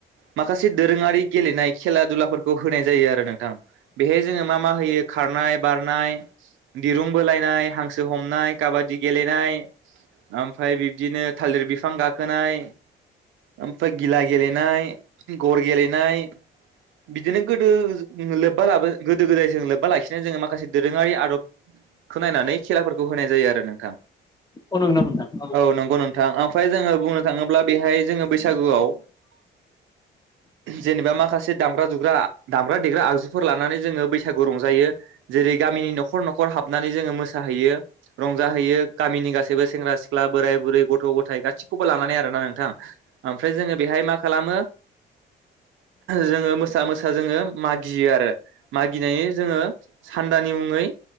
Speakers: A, on the right; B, on the left.
A: माखासे दोरोङारि गेलेनाय खेला दुलाफोरखौ होनाय जायो आरो नोंथां बेहाय जोङो मा मा होयो खारनाय, बारनाय, दिरुं बोलायनाय, हांसो हमनाय, काबादि गेलेनाय, ओमफ्राय बिब्दिनो थालिर बिफां गाखोनाय, ओमफ्राय गिला गेलेनाय, गर गेलेनाय, बिदिनो गो दो लोब्बा लाबो गोदो गोदाय जों लोब्बा लाखिनानै जोङो मा माखासे दोरोङारि आदब खो नायनानै खेलाफोरखौ होनाय जायो आरो नोंथां।
B: औ नंगौ नामा नोंथां
A: औ नंगौ नोंथां ओमफ्राय जोङो बुंनो थाङोब्ला बेहाय जोङो बैसागुआव जेनेबा माखासे दामग्रा दुग्रा दाम दामग्रा देग्रा आगजुफोर लानानै जोङो बैसागु रंजायो जेरै गामिनि न'खर न'खर हाबनानै जोङो मोसाहैयो रंजाहैयो गामिनि गासैबो सेंग्रा-सिख्ला, बोराय-बुरै, गथ'-गथाय गासिखौबो लानानै आरो ना नोंथां ओमफ्राय जोङो बेहाय मा खालामो जोङो मोसा मोसा जोङो मागियो आरो मागिनायनि जोङो सान्दानि मुङै